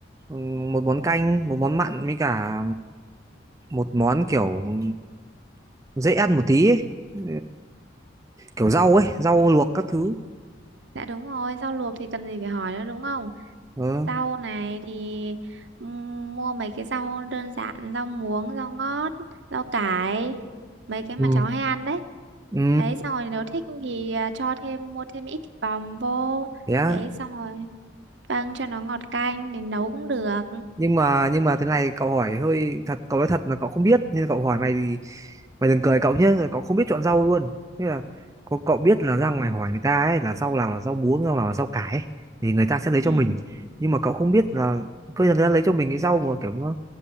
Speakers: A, on the right; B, on the right.
A: ừ, một món canh, một món mặn với cả một món kiểu ừ, dễ ăn một tí ấy. Ừ, kiểu rau ấy rau luộc các thứ
B: Dạ đúng rồi, rau luộc thì cần gì phải hỏi nữa đúng không?
A: ờ
B: Rau này thì ừm, mua mấy cái rau đơn giản, rau muống, rau ngót, rau cải, mấy cái
A: ừ.
B: mà cháu hay ăn đấy.
A: ừ
B: Đấy, xong rồi nếu thích thì à, cho thêm, mua thêm ít thịt bòm vô.
A: thế á
B: Đấy, xong rồi. Vâng, cho nó ngọt canh để nấu cũng được.
A: nhưng mà nhưng mà thế này cậu hỏi hơi thật cậu nói thật là cậu không biết nên cậu hỏi mày thì mày đừng cười cậu nhé cậu không biết chọn rau luôn thế là cậu, cậu biết là ra ngoài hỏi người ta ấy là rau nào là rau muống rau nào là rau cải ấy, thì người ta sẽ lấy
B: Ừ.
A: cho mình nhưng mà cậu không biết là cơ người ta lấy cho mình cái rau mà kiểu nó